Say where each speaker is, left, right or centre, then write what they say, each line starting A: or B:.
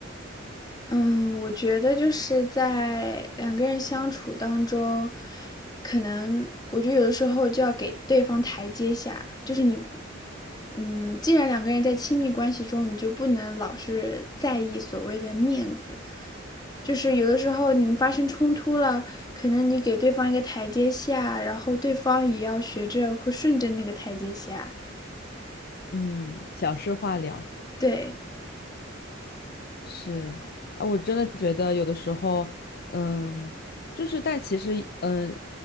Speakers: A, on the left; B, on the left.
A: 嗯，我觉得就是在两个人相处当中，可能我觉得有的时候就要给对方台阶下，就是你。嗯，既然两个人在亲密关系中，你就不能老是在意所谓的面子，就是有的时候你们发生冲突了，可能你给对方一个台阶下，然后对方也要学着会顺着那个台阶下。
B: 嗯，小事化了。
A: 对
B: 是，哎，我真的觉得有的时候，嗯，就是，但其实，嗯，